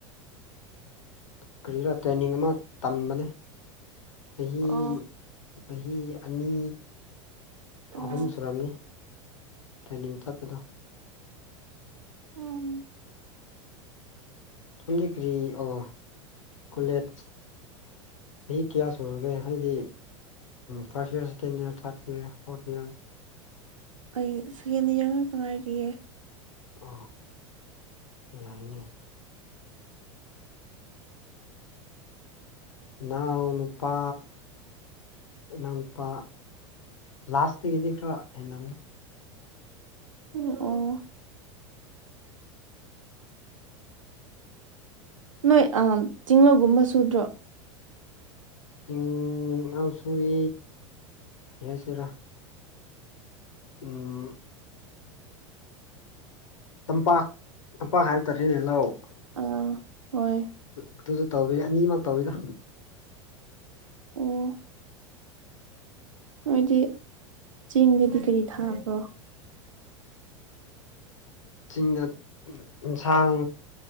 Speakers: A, on the left; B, on the right.
A: ꯀꯔꯤꯔ ꯇ꯭ꯔꯦꯟꯅꯤꯡ ꯑꯃ ꯇꯝꯕꯅꯦ ꯆꯍꯤ
B: ꯑꯣ
A: ꯆꯍꯤ ꯑꯅꯤ
B: ꯎꯝ
A: ꯑꯍꯨꯝ ꯁꯨꯔꯝꯅꯤ ꯇ꯭ꯔꯦꯅꯤꯡ ꯆꯠꯄꯗꯣ
B: ꯎꯝ
A: ꯅꯪꯗꯤ ꯀ꯭ꯔꯤ ꯑꯣ ꯀꯣꯂꯦꯖ ꯆꯍꯤ ꯀꯌꯥ ꯁꯨꯔꯒꯦ ꯍꯥꯏꯗꯤ ꯐꯥꯔꯁꯠ ꯏꯔꯀꯦꯟ ꯏꯔ ꯊꯥꯔꯗ ꯏꯔ ꯐꯣꯔꯠ ꯏꯔ
B: ꯑꯩ ꯁ ꯍꯦꯟꯅꯤ ꯌꯦꯡ ꯉꯥꯛꯛꯇ ꯉꯥꯏꯔꯤꯌꯦ
A: ꯑꯥ ꯌꯥꯏꯅꯦ ꯏꯅꯥꯎ ꯅꯨꯄꯥ ꯏꯅꯥꯎꯅꯨꯄꯥ ꯂꯥꯁꯇꯒꯤꯗꯤ ꯈꯔ ꯍꯦꯟꯅꯅꯤ
B: ꯎꯝ ꯑꯣ ꯅꯣꯏ ꯆꯤꯡꯂꯧꯒꯨꯝꯕ ꯁꯨꯗ꯭ꯔꯣ
A: ꯆꯤꯡ ꯑ ꯁꯏ ꯌꯥꯏꯁꯤꯔꯥ ꯎ ꯇꯝꯄꯥꯛ ꯇꯝꯄꯥꯛ ꯍꯥꯏ ꯇꯥꯔꯦꯅꯦ ꯂꯥꯎ
B: ꯑꯥ ꯍꯣꯏ
A: ꯑꯗꯨꯁꯨ ꯇꯧꯋꯤ ꯑꯅꯤꯃꯛ ꯇꯧꯋꯤꯗꯣ
B: ꯑꯣ ꯑꯗꯨꯗꯤ ꯆꯦꯡꯗꯗꯤ ꯀꯔꯤ ꯊꯥꯕ꯭ꯔꯣ
A: ꯆꯤꯡꯗ ꯌꯦꯟꯁꯥꯡ